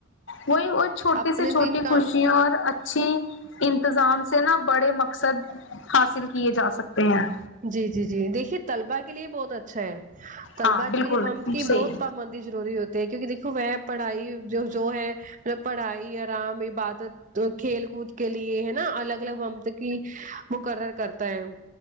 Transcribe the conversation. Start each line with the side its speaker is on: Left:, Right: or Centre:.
Left: وہی اور چھوٹی
Right: اپنے
Left: سی چھوٹی
Right: دن کا
Left: خوشیاں اور اچھی انتظام سے نا بڑے مقصد حاصل کیے جا سکتے ہیں
Right: جی جی جی دیکھیے طلبہ کے لیے بہت اچھا ہے طلبہ
Left: ہاں بالکل
Right: کے لیے وم کی
Left: صحیح
Right: بہت پابندی ضروری ہوتی تے کیونکہ دیکھو وہ پڑھائی جو جو ہے مطلب پڑھائی آرام عبادت تو کھیل کود کے لیے ہے نا الگ الگ وقت کی مقرر کرتا ہے